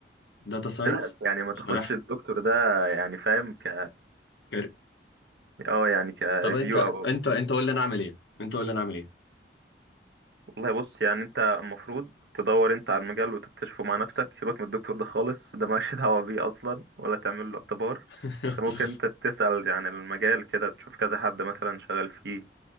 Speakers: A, on the left; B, on the right.
A: داتا ساينس
B: لا يعني ما تاخدش
A: عشان رايح
B: الدكتور ده يعني فاهم ك
A: كاري-
B: اه يعني كريفيو
A: طب انت
B: او
A: انت
B: أو-
A: انت قول لي انا اعمل ايه انت قول لي انا اعمل ايه
B: والله بص يعني انت المفروض تدور انت على المجال وتكتشفه مع نفسك سيبك من الدكتور ده خالص ده مالكش <laughs> دعوة بيه اصلا ولا تعمل له اعتبار
A: <laughs>
B: انت ممكن انت تسأل عن المجال كده تشوف كذا حد مثلا شغال فيه